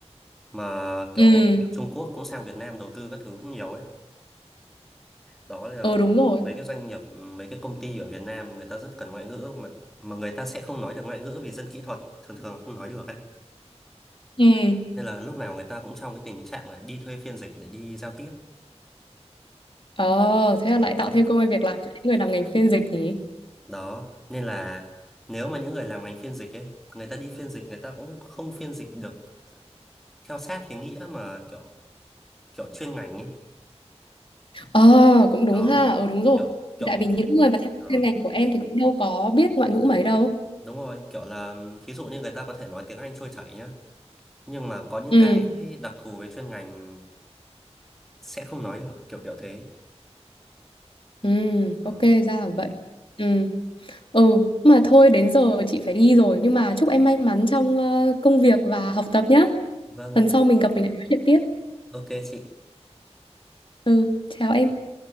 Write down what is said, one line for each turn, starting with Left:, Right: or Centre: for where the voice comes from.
Centre: mà kiểu
Left: Ừ,
Centre: doanh nghiệp Trung Quốc cũng sang Việt Nam đầu tư các thứ cũng nhiều ấy đó là
Left: ừ đúng rồi.
Centre: mấy cái doanh nghiệp mấy cái công ty ở Việt Nam người ta rất cần ngoại ngữ mà mà người ta sẽ không nói được ngoại ngữ vì dân kỹ thuật thường thường là không nói được ấy
Left: Ừ.
Centre: nên là lúc nào người ta cũng trong cái tình trạng là đi thuê phiên dịch để đi giao tiếp
Left: Ờ thế là
Centre: đó
Left: lại tạo thêm công ăn việc làm cho những người làm ngành phiên dịch nhỉ?
Centre: đó nên là nếu mà những người làm ngành phiên dịch ấy người ta đi phiên dịch người ta cũng không phiên dịch được theo sát cái nghĩa mà kiểu kiểu chuyên ngành ấy
Left: Ờ, cũng đúng
Centre: đó
Left: ha. Ừ, đúng rồi.
Centre: kiểu kiểu
Left: Thì tại vì những người mà theo
Centre: đó
Left: chuyên ngành của em thì cũng đâu có biết ngoại ngữ mấy đâu.
Centre: đúng rồi kiểu là thí dụ như người ta có thể nói tiếng Anh trôi chảy nhá nhưng mà có những
Left: Ừ,
Centre: cái đặc thù về chuyên ngành sẽ không nói được kiểu kiểu thế
Left: ừ,
Centre: đó
Left: ok, ra là vậy. Ừ, ừ, mà thôi đến giờ chị phải đi rồi. Nhưng mà chúc em may mắn trong ờ, công việc và học tập nhá.
Centre: vâng
Left: Lần
Centre: ạ
Left: sau mình gặp mình lại nói chuyện tiếp.
Centre: ok chị
Left: Ừ, chào em.